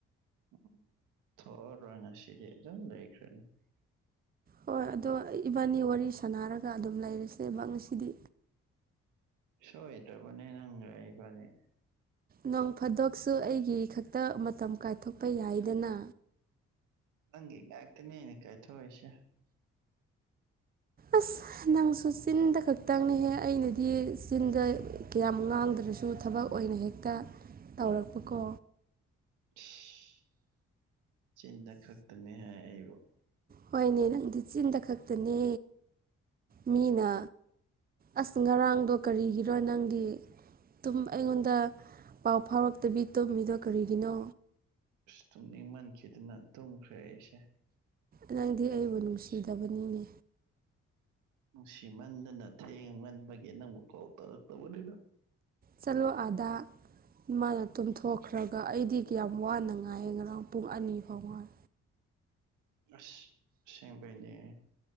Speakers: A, on the right (about 85°); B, on the right (about 30°).
A: ꯎꯝ ꯊꯣꯛꯑꯔꯣꯏ ꯉꯁꯤꯗꯤ ꯑꯗꯨꯝ ꯂꯩꯈ꯭ꯔꯅꯤ
B: ꯍꯣꯏ ꯑꯗꯣ ꯏꯕꯥꯅꯤ ꯋꯥꯔꯤ ꯁꯥꯥꯟꯅꯔꯒ ꯑꯗꯨꯝ ꯂꯩꯔꯁꯦꯕ ꯉꯁꯤꯗꯤ
A: ꯁꯣꯏꯗ꯭ꯔꯕꯅꯦ ꯅꯪꯒ ꯑꯩꯕꯅꯤ
B: ꯅꯣꯡ ꯐꯥꯗꯣꯛꯁꯨ ꯑꯩꯒꯤ ꯈꯛꯇ ꯃꯇꯝ ꯀꯥꯏꯊꯣꯛꯄ ꯌꯥꯏꯗꯅ
A: ꯅꯪꯒꯨ ꯉꯥꯛꯇꯅꯦ ꯑꯩꯅ ꯀꯥꯏꯊꯣꯛꯏꯁꯦ
B: ꯑꯁ ꯅꯪꯁꯨ ꯆꯤꯟꯗ ꯈꯛꯇꯪꯅꯤꯍꯦ ꯑꯩꯅꯗꯤ ꯆꯤꯟꯗ ꯀꯌꯥꯝ ꯉꯥꯡꯗ꯭ꯔꯁꯨ ꯊꯕꯛ ꯑꯣꯏꯅ ꯍꯦꯛꯇ ꯇꯧꯔꯛꯄꯀꯣ
A: <inaudible> ꯆꯤꯟꯗ ꯈꯛꯇꯅꯦ ꯍꯥꯏ ꯑꯩꯕꯨ
B: ꯍꯣꯏꯅꯦ ꯅꯪꯗꯤ ꯆꯤꯟꯗ ꯈꯛꯇꯅꯦ ꯃꯤꯅ ꯑꯁ ꯉꯔꯥꯡꯗꯣ ꯀꯔꯤꯒꯤꯔꯣ ꯅꯪꯗꯤ ꯇꯨꯝ ꯑꯩꯉꯣꯟꯗ ꯄꯥꯎ ꯐꯥꯎꯔꯛꯇꯕꯤ ꯇꯨꯝꯃꯤꯗꯣ ꯀꯔꯤꯒꯤꯅꯣ
A: ꯑꯁ ꯇꯨꯝꯅꯤꯡꯃꯟꯈꯤꯗꯅ ꯇꯨꯝꯈ꯭ꯔꯦ ꯑꯩꯁꯦ
B: ꯅꯪꯗꯤ ꯑꯩꯕꯨ ꯅꯨꯡꯁꯤꯗꯕꯅꯤꯅꯦ
A: ꯅꯨꯡꯁꯤꯃꯟꯗꯅ ꯊꯦꯡꯃꯟꯕꯒꯤ ꯅꯪꯕꯨ ꯀꯣꯜ ꯇꯧꯔꯛꯇꯕꯅꯤꯗ
B: ꯆꯠꯂꯣ ꯑꯗꯥ ꯃꯥꯅ ꯇꯨꯝꯊꯣꯛ ꯈ꯭ꯔꯒ ꯑꯩꯗꯤ ꯀꯌꯥꯝ ꯋꯥꯅ ꯉꯥꯏꯑꯦ ꯉꯔꯥꯡ ꯄꯨꯡ ꯑꯅꯤ ꯐꯥꯎ ꯉꯥꯏ
A: ꯅꯁ ꯑꯁꯦꯡꯕꯩꯅꯦ